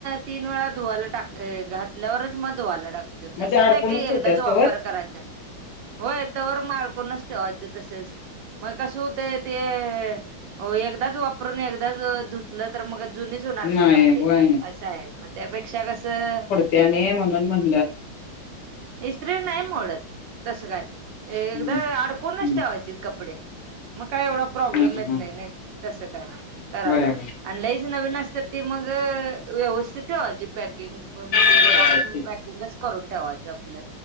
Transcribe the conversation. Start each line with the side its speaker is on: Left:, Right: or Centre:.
Right: तीन वेळा धुवायला टाक घातल्यावरच मग धुवायला टाक त्यात
Left: मग
Right: असं
Left: ते अडकूनच
Right: नाही की, एकदाच
Left: ठेवत्यास
Right: वापर
Left: तवर
Right: करायचा हाय. होय तवर म आडकुणच ठेवायच तसच, मग कसं होतय ते अ? ओ एकदाच वापरून एकदाच अ धुत तर मग जुनीच होणार
Left: नाही
Right: की कपडे
Left: व्हय
Right: आसं हाय, मग त्यापेक्षा कसं?
Left: त्या आणि म्हणून म्हणल.
Right: इस्त्री नाही मोडत तस काय. एकदा
Left: हम्म
Right: अडकूनच
Left: हम्म
Right: ठेवायचीत कपडे, मग काय एवढा प्रॉब्लेम
Left: हा हा
Right: येत नाहीने. तस काय कराला
Left: व्हय
Right: आणि लईच नवीन असत्यात ती मग अ व्यवस्थित ठेवायची पॅकिंग करून म्हणजे
Left: व्हय
Right: बॉक्स पॅकिंगच करून ठेवायच आपल.